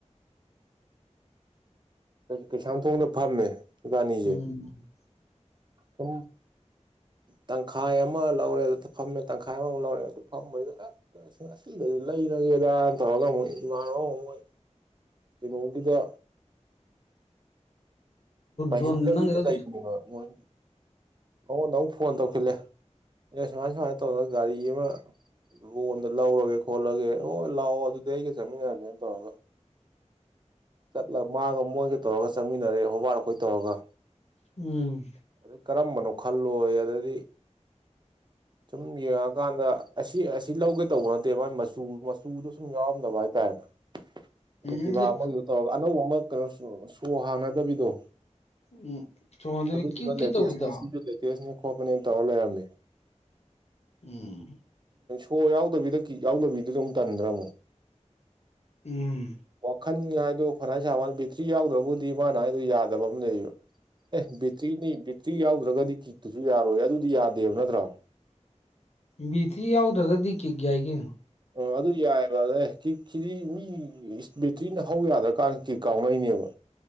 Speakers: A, on the right; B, on the left.
A: ꯀꯩꯁꯥꯝ ꯊꯣꯛꯅ ꯐꯝꯃꯦ ꯏꯕꯥꯅꯤꯁꯦ
B: ꯎꯝ
A: ꯀ ꯇꯪꯈꯥꯏ ꯑꯃ ꯂꯧꯔꯦ ꯑꯗꯨ ꯐꯝꯃꯦ ꯇꯪꯈꯥꯏ ꯑꯃꯃꯨꯛ ꯂꯧꯔꯦ ꯑꯗꯨ ꯐꯝꯗꯨꯗ ꯑꯁ ꯑꯗꯨ ꯂꯩꯔꯒꯦꯗꯅ ꯇꯧꯔꯒ ꯑꯃꯨꯣꯏ ꯏꯃꯥꯟꯅꯕ ꯑꯃ ꯃꯣꯏ ꯀꯩꯅꯣꯒꯤꯗ ꯃ
B: ꯖꯣꯟ
A: ꯍꯟꯗ꯭ꯔꯒ
B: ꯅꯪꯒꯤꯗꯣ
A: ꯒꯤꯗ ꯆꯥꯏꯕꯅꯦ ꯃꯣꯏ ꯑꯩꯉꯣꯟꯗ ꯑꯃꯨꯛ ꯐꯣꯟ ꯇꯧꯁꯤꯂꯦ ꯑꯦ ꯁꯨꯃꯥꯏ ꯁꯨꯃꯥꯏꯅ ꯇꯧꯔꯒ ꯒꯥꯔꯤ ꯑꯃ ꯂꯣꯟꯗ ꯂꯧꯔꯒꯦ ꯈꯣꯠꯂꯒꯦ ꯍꯣꯏ ꯂꯥꯛꯑꯣ ꯑꯗꯨꯗꯤ ꯑꯩꯒ ꯆꯠꯃꯤꯟꯅꯔꯒꯦꯅ ꯇꯧꯔꯒ ꯆꯠꯂꯒ ꯃꯥꯒ ꯃꯣꯏꯒ ꯇꯧꯔꯒ ꯆꯪꯃꯤꯟꯅꯔꯦ ꯍꯣꯕꯥꯔ ꯑꯩꯈꯣꯏ ꯇꯧꯔꯒ
B: ꯎꯝ
A: ꯑꯗꯩ ꯀꯔꯝꯕꯅꯣ ꯈꯜꯂꯣꯏ ꯑꯗꯨꯗꯤ ꯁꯨꯝ ꯌꯦꯡꯉꯀꯥꯟꯗ ꯑꯁꯤ ꯑꯁꯤ ꯂꯧꯒꯦ ꯇꯧꯕ ꯅꯠꯇꯦ ꯃꯥꯥꯏ ꯃꯆꯨ ꯃꯆꯨꯗꯣ ꯁꯨꯝ ꯌꯥꯎꯔꯝꯗꯕ ꯍꯥꯏꯇꯥꯔꯦꯅꯦ
B: ꯎꯝꯗꯤ
A: ꯑꯦꯛꯇꯤꯚꯥ ꯑꯃꯒꯤꯗ ꯇꯧꯔꯒ ꯑꯅꯧꯕ ꯑꯃ ꯀꯩꯅꯣ ꯁꯣ ꯍꯥꯡꯅꯗꯕꯤꯗꯣ
B: ꯎꯝ ꯆꯣꯡꯉꯗꯕꯤ
A: ꯑꯗꯨꯗ
B: ꯀ꯭ꯌꯨ
A: ꯆꯃ
B: ꯀ꯭ꯌꯨ
A: ꯂꯩꯇ
B: ꯇꯧꯕꯤꯗꯣ
A: ꯑꯁꯅꯦ ꯁꯤꯁꯨ ꯂꯩꯇꯅꯦ ꯣꯄꯅꯅ ꯇꯧꯂꯔꯝꯃꯦ
B: ꯎꯝ
A: ꯍꯣ ꯌꯥꯎꯗꯕꯤꯗ ꯀꯤ ꯌꯥꯎꯗꯕꯤꯗꯨꯗ ꯑꯗꯨꯝ ꯇꯟꯗ꯭ꯔꯃꯣ
B: ꯎꯝ
A: ꯈꯟ ꯍꯥꯏꯗꯣ ꯈꯅꯥꯥꯏ ꯁꯥꯕ ꯕꯦꯇ꯭ꯔꯤ ꯌꯥꯎꯗ꯭ꯔꯕꯨꯗꯤ ꯃꯥꯅ ꯍꯥꯏꯗꯣ ꯌꯥꯗꯕ ꯑꯃ ꯂꯩꯌꯦꯕ ꯑꯦ ꯕꯦꯇ꯭ꯔꯤꯅꯤ ꯕꯦꯇ꯭ꯔꯤ ꯌꯥꯎꯗ꯭ꯔꯒꯗꯤ ꯀꯤꯛꯇꯨꯁꯨ ꯌꯥꯔꯣꯏ ꯑꯗꯨꯗꯤ ꯌꯥꯗꯦꯕ ꯅꯠꯇ꯭ꯔꯣ
B: ꯕꯤꯊꯤ ꯌꯥꯎꯗ꯭ꯔꯒꯗꯤ ꯀꯤꯛ ꯌꯥꯏꯒꯤ
A: ꯑꯣ ꯑꯗꯨ ꯌꯥꯏꯑꯕ ꯑ ꯀꯤꯛꯁꯤꯗꯤ ꯃꯤ ꯕꯦꯇ꯭ꯔꯤꯅ ꯍꯧ ꯌꯥꯗ꯭ꯔꯀꯥꯟꯗ ꯀꯤ ꯀꯥꯎꯅꯩꯅꯦꯕ